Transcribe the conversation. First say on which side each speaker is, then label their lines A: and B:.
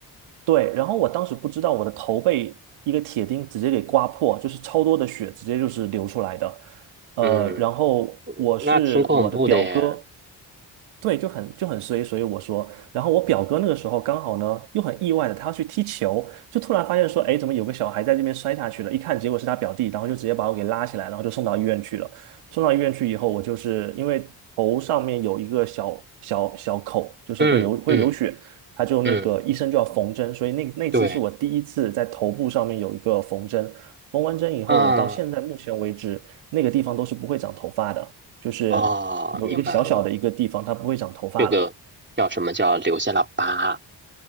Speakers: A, on the right; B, on the right.
A: 对，然后我当时不知道我的头被一个铁钉直接给刮破，就是超多的血直接就是流出来的。呃，
B: 嗯，
A: 然后我是我的表哥，
B: 那挺恐怖的耶。
A: 对，就很就很衰，所以我说，然后我表哥那个时候刚好呢又很意外的，他要去踢球，就突然发现说，哎，怎么有个小孩在这边摔下去了？一看结果是他表弟，然后就直接把我给拉起来，然后就送到医院去了。送到医院去以后，我就是因为头上面有一个小小小口，就是会流会流血。
B: 嗯嗯
A: 他就那个医生就要缝针，
B: 嗯，
A: 所以那那次是我第一次在头部上面有一个缝针。
B: 对，
A: 缝完针以后，
B: 嗯，
A: 我到现在目前为止，那个地方都是不会长头发的，就是有一个小小的一个地方，
B: 哦，明白了。
A: 它不会长头发了。
B: 这个叫什么叫留下了疤。